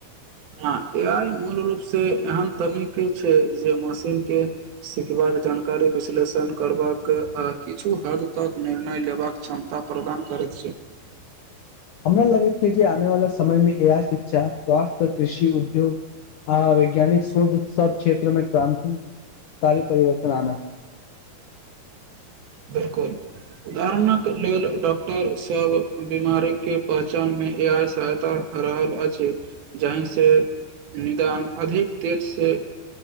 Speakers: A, on the right; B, on the left.
A: हँ, एआइ मूल रूपसँ एहन तकनीक छै, जे मशीनकेँ सिखबाक जानकारी विश्लेषण करबाक आ किछु हद तक निर्णय लेबाक क्षमता प्रदान करैत छै।
B: हमरा लगै छै, जे आने वाले समय मे एआइ शिक्षा स्वास्थ्य कृषि उद्योग, आ वैज्ञानिक शोध सब क्षेत्र मे क्रान्तिकी परिवर्तन आना
A: बिलकुल, उदाहरणक लेल डॉक्टर सभ बीमारी के पहचान मे इएह सहायता रहल अछि, जाहि सँ निदान अधिक तेज सँ